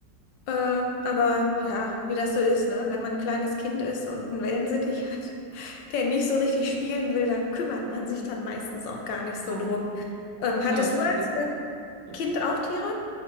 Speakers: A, on the left; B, on the right.
A: Äh, aber ja, wie das so ist, ne? Wenn man ein kleines Kind ist und einen Wellensittich <laughs> hat, der nicht so richtig spielen will, da kümmert man sich dann meistens auch gar nicht so
B: Ja,
A: drum. Ähm,
B: klar.
A: hattest du als
B: Das,
A: äh,
B: ja.
A: Kind auch Tiere?